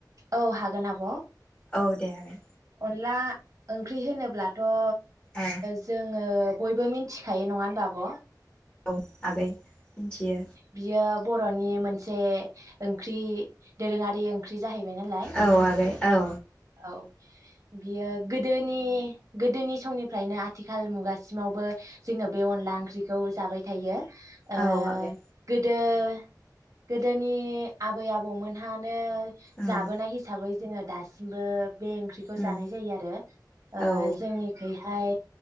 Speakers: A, on the right (about 45°); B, on the left (about 20°).
A: औ हागोन आब औ
B: औ दे आगै
A: अनला ओं ओंख्रि होनोब्लाथ' ओ
B: औ
A: जोङो बयबो मिथिखायो नङा होनबा आब'
B: औ आगै मिथियो
A: बियो बर'नि मोनसे ओंख्रि दोरोङारि ओंख्रि जाहैबाय नालाय
B: औ आगै औ
A: औ बियो गोदोनि गोदोनि समनिफ्रायनो आथिखाल मुगासिमावबो जोङो बे अनला ओंख्रिखौ जाबाय थायो। ओ
B: औ आगै।
A: दो-गोदोनि आबै आबौमोनहानो
B: ओं
A: जाबोनाय हिसाबै जोङो दासिमबो बे ओंख्रिखौ
B: ओं
A: जानाय जायो आरो ओ
B: औ
A: जोंनिखै हाय